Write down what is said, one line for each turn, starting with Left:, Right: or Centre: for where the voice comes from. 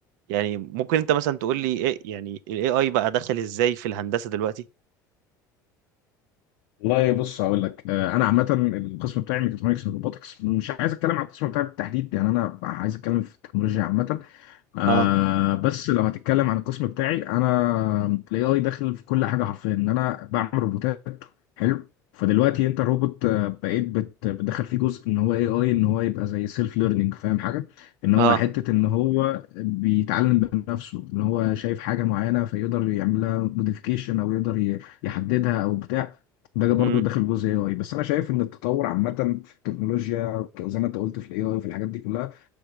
Right: يعني ممكن انت مثلا تقول لي ايه يعني الاي اي بقى دخل ازاي في الهندسه دلوقتي
Left: والله بص هقول لك آه، انا عامه القسم بتاعي ميكاترونكس اند روبوتكس مش عايز اتكلم عن القسم بتاعي بالتحديد يعني انا عايز اتكلم في التكنولوجيا عامه آه،
Right: اه
Left: بس لو هتتكلم عن القسم بتاعي انا الاي اي داخل في كل حاجه حرفيا ان انا بعمل روبوتات حلو فدلوقتي انت الروبوت آه، بقيت بت- بتدخل فيه جزء ان هو اي اي ان هو يبقى زي سيلف ليرنينج فاهم حاجه ان هو
Right: اه
Left: حته ان هو بيتعلم بنفسه ان هو شايف حاجه معينه فيقدر يعمل لها موديفيكيشن او يقدر ي- يحددها او بتاع ده برضه
Right: امم
Left: داخل جزء اي اي بس انا شايف ان التطور عامه في التكنولوجيا زي ما انت قلت في الاي اي وفي الحاجات دي كلها